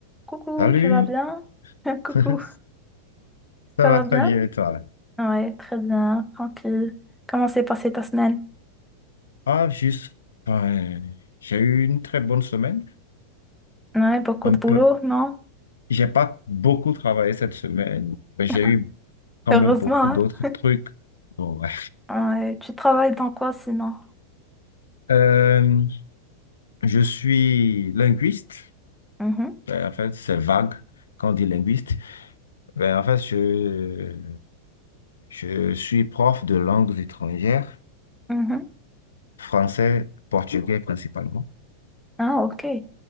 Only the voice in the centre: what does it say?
Coucou,
tu vas bien? <laughs> Coucou,
ça va
bien?
Ouais, très bien, tranquille. Comment s'est passée ta semaine?
Ouais, beaucoup
de
boulot, non?
<laughs>
Heureusement,
hein?
Ouais, tu travailles dans quoi sinon?
Mhm,
mhm.
Ah, ok.